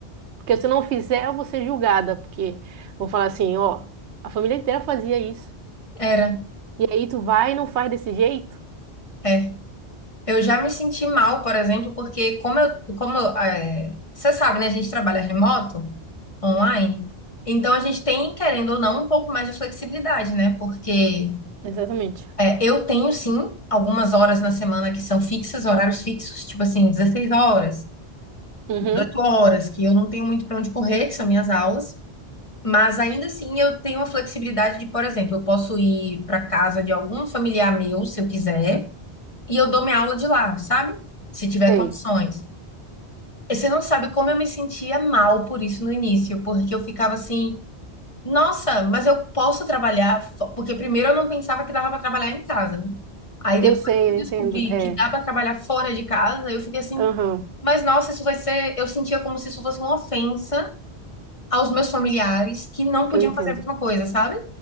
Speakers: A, on the right (about 80°); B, on the left (about 30°).
A: Porque se eu não fizer, eu vou ser julgada, porque vão falar assim, ó, a família inteira fazia isso.
B: Era,
A: E aí tu vai e não faz desse jeito.
B: é. Eu já me senti mal, por exemplo, porque como eu, como eu, é, você sabe, né? A gente trabalha remoto, online, então a gente tem, querendo ou não, um pouco mais de flexibilidade, né? Porque
A: Exatamente.
B: é, eu tenho sim algumas horas na semana que são fixas, horários fixos, tipo assim, 16 horas,
A: Uhum.
B: 8 horas, que eu não tenho muito para onde correr, que são minhas aulas. Mas ainda assim eu tenho a flexibilidade de, por exemplo, eu posso ir para casa de algum familiar meu, se eu quiser. e eu dou minha aula de lá, sabe? Se tiver
A: Sei.
B: condições. E você não sabe como eu me sentia mal por isso no início, porque eu ficava assim, nossa, mas eu posso trabalhar, fo- porque primeiro eu não pensava que dava para trabalhar em casa. né? Aí
A: Eu
B: depois
A: sei,
B: que eu
A: eu
B: descobri
A: entendo. É,
B: que dá para trabalhar fora de casa, eu fiquei assim,
A: aham,
B: mas nossa, isso vai ser, eu sentia como se isso fosse uma ofensa aos meus familiares que não podiam
A: eu entendo.
B: fazer a mesma coisa, sabe?